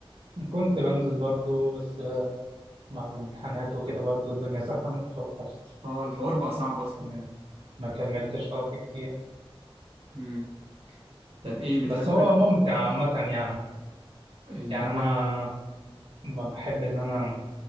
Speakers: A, on the right; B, on the right.
A: كنت بنزل برضه بس مع الامتحانات وكده برضو الدنيا زحمت فوقفت
B: اه الحوار بقى صعب اصلا
A: كملت ما كملتش اه في كتير
B: امم طب ايه بتحب
A: بس هو
B: تل-
A: ممتع عامة يعني
B: ال...
A: يعني أنا ما بحب إن أنا